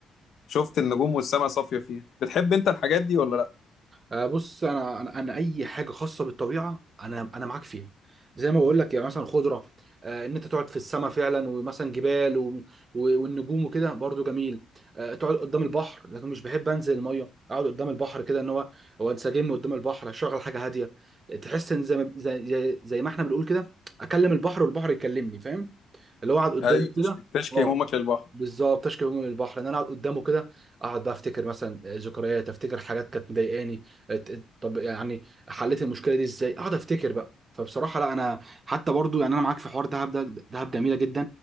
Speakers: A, on the left; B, on the right.
A: شفت النجوم والسماء صافية فيها بتحب انت الحاجات دي ولا لا
B: آه، بص انا انا أنا اي حاجه خاصه بالطبيعه انا انا معاك فيها زي ما بقول لك يعني مثلا خضره آه، ان انت تقعد في السماء فعلا ومثلا جبال و... و... والنجوم وكده برضو جميل آه، تقعد قدام البحر لكن مش بحب انزل الميه اقعد قدام البحر كده ان هو هو انسجم قدام البحر اشغل حاجه هاديه تحس ان زي ما... زي... زي زي ما احنا بنقول كده اكلم البحر والبحر يكلمني فاهم اللي هو اقعد قدامه
A: ايوه تشكي
B: كده
A: تشكي
B: اه
A: همومك للبحر
B: بالظبط تشكي من البحر ان انا اقعد قدامه كده اقعد بقى افتكر مثلا آه، ذكريات افتكر حاجات كانت مضايقاني ات- طب يعني حليت المشكله دي ازاي اقعد افتكر بقى فبصراحه لا انا حتى برضو يعني انا معاك في حوار دهب ده دهب جميله جدا